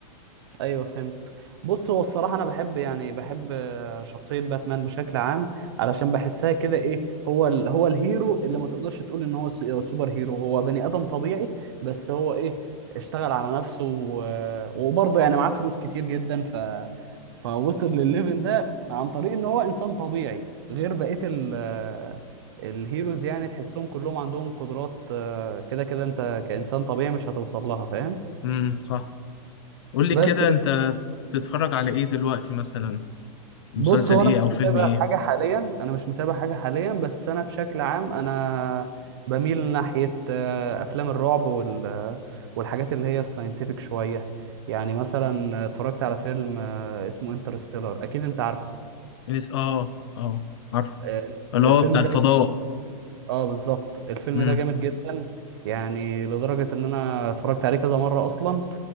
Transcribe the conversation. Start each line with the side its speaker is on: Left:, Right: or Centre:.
Right: ايوه فهمت بص هو الصراحه انا بحب يعني بحب آه، شخصيه باتمان بشكل عام علشان بحسها كده ايه هو ال... هو الهيرو اللي ما تقدرش تقول ان هو س- سوبر هيرو هو بني ادم طبيعي بس هو ايه اشتغل على نفسه و... وبرضه يعني معاه فلوس كتير جدا ف فوصل للليفل ده عن طريق ان هو انسان طبيعي غير بقيه ال... آه، الهيروز يعني تحسهم كلهم عندهم قدرات آه، كده كده انت كانسان طبيعي مش هتوصل لها فاهم
Left: امم صح قول لي
Right: بس
Left: كده أنت بتتفرج على إيه دلوقتي مثلا مسلسل
Right: بص هو
Left: إيه
Right: انا مش
Left: أو فيلم
Right: متابع
Left: إيه
Right: حاجه حاليا انا مش متابع حاجه حاليا بس انا بشكل عام انا بميل ناحيه آه، افلام الرعب وال آه، والحاجات اللي هي الساينتفك شويه يعني مثلا اتفرجت على فيلم آه، اسمه انترستيلر اكيد انت عارف
Left: إنس- آه آه عارف
Right: آه،
Left: اللي هو
Right: الفيلم
Left: بتاع الفضاء
Right: ده جامد اه بالظبط الفيلم
Left: امم
Right: ده جامد جدا يعني لدرجه ان انا اتفرجت عليه كذا مره اصلا